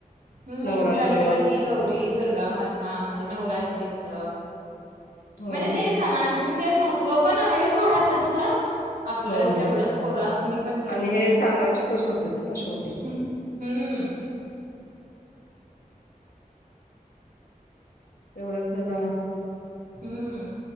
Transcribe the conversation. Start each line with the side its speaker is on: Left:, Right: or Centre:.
Right: हम्म
Left: नवरात्र
Right: गणपती गौरी दुर्गामाता म्हणजे नवरात. रात्रीच
Left: होय
Right: म्हणजे तेच सनांच ते महत्त्व पण आहे सोडा तसं आपल्याला
Left: होय
Right: तेवढंच पोरासनी पण हे
Left: आणि
Right: होतं
Left: सामाजिकच होतेत ना शेवटी
Right: हम्म हम्म्म
Left: तेवढंच जरा
Right: हम्म हम्म